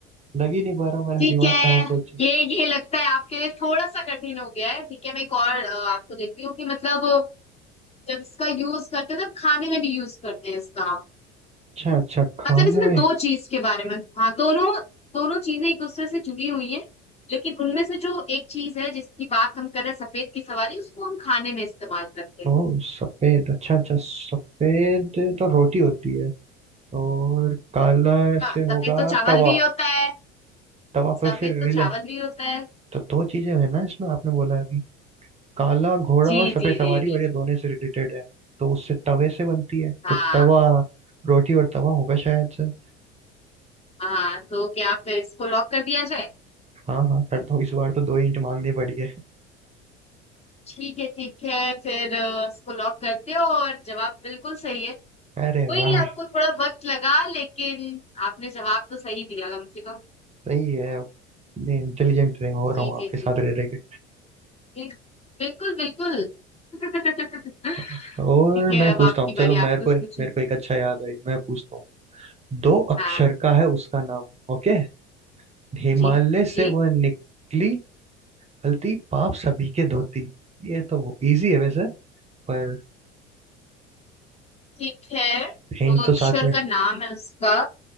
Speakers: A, on the right; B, on the left.
A: लग ही नहीं पा रहा मेरा
B: ठीक
A: दिमाग
B: है
A: कहाँ सोचे
B: ये ये लगता है आपके लिए थोड़ा सा कठिन हो गया है ठीक है मैं एक और अ, आपको देती हूँ कि मतलब जब इसका यूज करते हैं तब खाने में भी यूज करते हैं इसका हम।
A: अच्छा अच्छा खाने
B: मतलब इसमें
A: में
B: दो चीज के बारे में हाँ दोनों दोनों चीजें एक दूसरे से जुड़ी हुई है लेकिन उनमें से जो एक चीज है जिसकी बात हम कर रहे हैं सफेद की सवारी उसको हम खाने में इस्तेमाल करते हैं
A: ओ सफेद अच्छा अच्छा सफेद तो रोटी होती है और काला
B: हाँ
A: से
B: सफेद
A: होगा
B: तो चावल
A: तवा
B: भी होता है
A: तवा
B: सफेद
A: पर फिर
B: तो
A: रिले
B: चावल भी होता है
A: तो दो चीजें है ना इसमें आपने बोला है अभी काला घोड़ा
B: जी
A: और सफेद
B: जी
A: सवारी
B: जी जी
A: और ये दोनों से रिलेटेड है तो उससे तवे से बनती है
B: हाँ
A: तो तवा रोटी और तवा होगा शायद से
B: हाँ तो क्या फिर इसको लॉक कर दिया जाए
A: हाँ हाँ कर दो इस बार तो दो इंट मांगनी पड़ी है
B: ठीक है ठीक है फिर अ, इसको लॉक करते हो और जवाब बिल्कुल सही है
A: अरे
B: कोई
A: वाह
B: नहीं आपको थोड़ा वक्त लगा लेकिन आपने जवाब तो सही दिया कम से कम
A: सही है इतने इंटेलिजेंट रहे हो रहा
B: जी
A: हूँ आपके
B: जी
A: साथ
B: जी
A: रह रह के
B: जी। बिल्कुल बिल्कुल <laughs>
A: और
B: ठीक है
A: मैं
B: अब
A: पूछता
B: आपकी
A: हूँ चलो
B: बारी
A: मेरे
B: आप कुछ
A: को
B: पूछो
A: मेरे को एक अच्छा याद आई मैं पूछता हूँ दो अक्षर
B: हाँ
A: का है उसका नाम ओके हिमालय
B: जी
A: से
B: जी
A: वह निकली गलती पाप सभी के धोती ये तो इजी है वैसे पर
B: ठीक है तो
A: हिंट तो
B: अक्षर
A: साथ में
B: का नाम है उसका